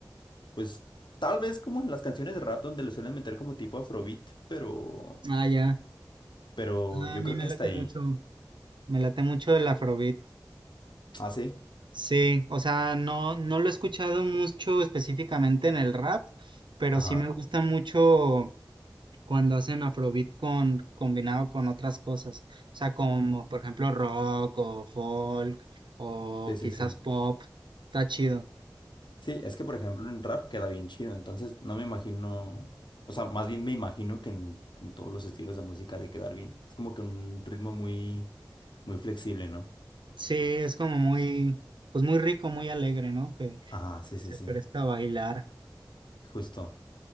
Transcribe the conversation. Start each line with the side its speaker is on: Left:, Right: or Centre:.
Left: pues tal vez como en las canciones de rap donde le suelen meter como tipo afrobeat, pero,
Right: Ah, ya.
Left: pero
Right: Ah,
Left: yo
Right: a mí
Left: creo
Right: me
Left: que
Right: late
Left: hasta ahí.
Right: mucho, me late mucho el Afrobeat.
Left: Ah, sí.
Right: Sí, o sea, no, no lo he escuchado mucho específicamente en el rap, pero
Left: Ajá.
Right: sí me gusta mucho cuando hacen Afrobeat con, combinado con otras cosas, o sea, como por ejemplo rock o folk o
Left: Sí, sí,
Right: quizás
Left: sí.
Right: pop, está chido.
Left: Sí, es que por ejemplo en rap queda bien chido, entonces no me imagino, o sea, más bien me imagino que en, en todos los estilos de música ha de quedar bien. Es como que un ritmo muy, muy flexible, ¿no?
Right: Sí, es como muy, pues muy rico, muy alegre, ¿no? Que,
Left: Ajá, sí,
Right: que
Left: sí,
Right: se
Left: sí.
Right: presta a bailar,
Left: Justo.